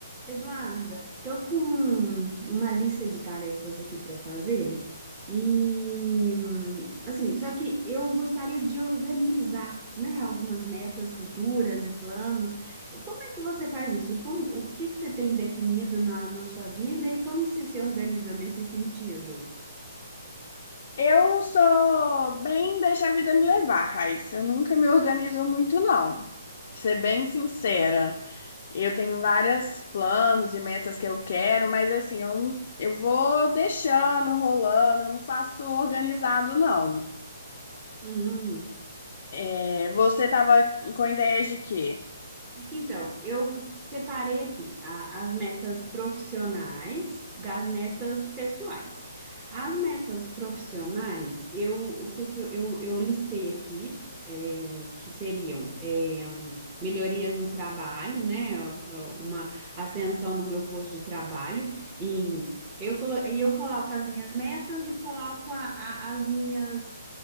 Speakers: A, on the right (about 20°); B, on the left (about 40°).
A: Eduarda, tô com uma lista de tarefas aqui para fazer e hum, assim, só que eu gostaria de organizar, né, algumas metas futuras e planos. Como é que você faz isso? Como, o que que você tem definido na, na sua vida e como você se organiza nesse sentido?
B: Eu sou bem deixar a vida me levar, Raíssa. Eu nunca me organizo muito, não. Pra ser bem sincera, eu tenho vários planos e metas que eu quero, mas assim, eu, não- eu vou deixando, rolando, eu não faço organizado, não.
A: Hum,
B: É, você tava com ideias de quê?
A: Então, eu separei aqui a- as metas profissionais das metas pessoais. As metas profissionais, eu, o que que eu, eu, eu listei aqui, é, que seriam é, um, melhorias no trabalho, né? ó, ó, Uma ascensão no meu posto de trabalho. Em, eu, colo- e eu coloco as minhas metas e coloco a- a- as minhas